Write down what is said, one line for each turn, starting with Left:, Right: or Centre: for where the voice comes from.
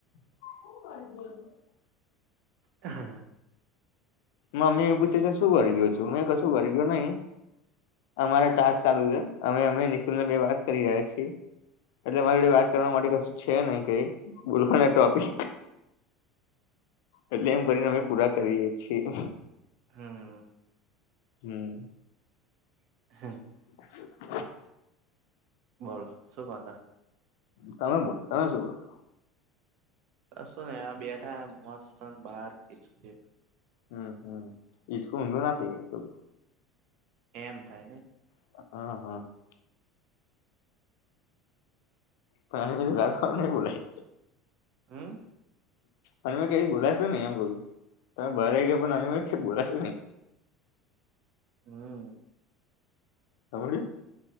Left: <unintelligible>
Right: હા.
Left: મમ્મી એ પૂછે છે શું વરગયો છું મેં કશું વરગયો નહી અમારે ટાસ્ક ચાલુ છે અમે અમે નિકુલ ને બે વાત કરી રહ્યા છીએ. એટલે મારી જોડે વાત કરવા માટે કશું છે નહી કઈ બોલવાના ટોપિક એટલે એમ કરીને અમે પૂરા કરીએ છીએ.
Right: હમ્મ.
Left: હમ્મ.
Right: <unintelligible>
Left: <inaudible>
Right: બોલો શું કોત
Left: તમે બોલો તમે શું બોલો
Right: કસુ ને આ બેઠા હૈ મસ્તન બહાર ખીચકે
Left: હમ્મ હમ્મ ઈ તું ઊધું ના શીખે તું
Right: એમ થાય ને
Left: હ અ હ <unintelligible> નહી બોલાઈ
Right: હમ્મ.
Left: અને મેં કઈ બોલાશે નહી એમ બોલું તમે બહાર આવી ગયા પણ અને મે બોલાશે નહી.
Right: હમ્મ.
Left: સાંભળ્યું.